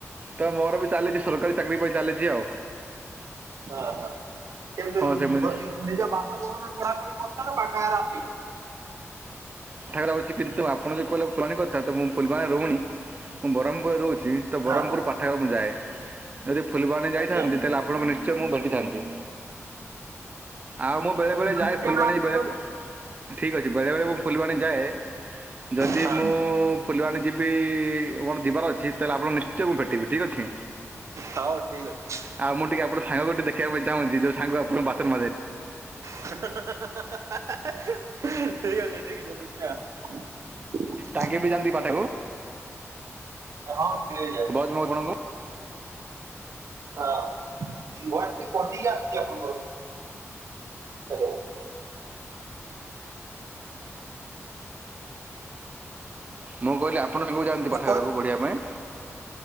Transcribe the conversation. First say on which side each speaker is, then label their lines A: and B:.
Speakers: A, on the right; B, on the right.
A: ତ ମୋର ବି ଚାଲିଛି ସରକାରୀ ଚାକିରି ପାଇଁ ଚାଲିଚି ଆଉ।
B: ଆହା କେମତି
A: ହଁ
B: ରହୁ
A: ସେମିତି
B: ଘରେ କେମତି? ନିଜ ବାସଭବନରେ ପଢାପଢି କରୁଛ ନା ପାଠାଗାର ଆସି?
A: ପାଠାଗାର ଅଛି, କିନ୍ତୁ ଆପଣ ଯଉ କହିଲେ ଫୁଲବାଣୀ କଥା ତ ମୁଁ ଫୁଲବାଣୀ ରହୁନି। ମୁଁ ବରହମପୁରରେ ରହୁଛି ତ ବରହମପୁରରେ
B: ହଁ ହଁ
A: ପାଠାଗାର ମୁଁ ଯାଏ, ଯଦି ଫୁଲବାଣୀ ଯାଇଥାନ୍ତି
B: ଆଚ୍ଛା।
A: ତାହେଲେ ଆପଣଙ୍କୁ ନିସ୍ ଚୟ ମୁଁ ଭେଟିଥାନ୍ତି। ଆଉ ମୁଁ ବେଳେବେଳେ
B: ଯଦି
A: ଯାଏ
B: କେବେ
A: ଫୁଲବାଣୀ
B: ଆସିବ
A: ବେଳେ, ଠିକ୍ ଅଛି ବେଳେବେଳେ ମୁଁ ଫୁଲବାଣୀ ଯାଏ, ଯଦି
B: ହଁ
A: ମୁଁ ମୁଁ ଫୁଲିବାଣି ଯିବି, ମୋର ଯିବାର ଅଛି ତାହେଲେ ଆପଣ ନିଶ୍ଚୟ ମୁଁ ଭେଟିବି, ଠିକ୍ ଅଛି?
B: ହଉ ଠିକ୍ ଅଛି।
A: ଆଉ ମୁଁ ଟିକେ ଆପଣ ସାଙ୍ଗକୁ ଟିକେ ଦେଖିଆ ପାଇଁ ଚାହୁଁଚି ଯୋଉ ସାଙ୍ଗ ଆପଣ ବାସନ ମାଜେ।
B: ହା ହା ହା ହା ହା ହା ହା ଠିକ୍ ଅଛି ଠିକ୍ ଅଛି, ଦେଖିବା ଆଉ।
A: ତାଙ୍କେ ବି ଜାନ୍ତି ପାଠକୁ?
B: ହଁ ସିଏବି ଯାଏ।
A: ବଣଙ୍ଗୁ
B: ହଁ ଭଏସ୍‌ ଟିକେ କଟିକି ଆସୁଛି ଆପଣଙ୍କର। ହାଲୋ।
A: ମୁଁ କହିଲି ଆପଣ ସାଙ୍ଗକୁ ଯାଆନ୍ତି
B: ମୁଁ
A: ପାଠଗାରକୁ
B: କହି
A: ପଢ଼ିବା ପାଇଁ?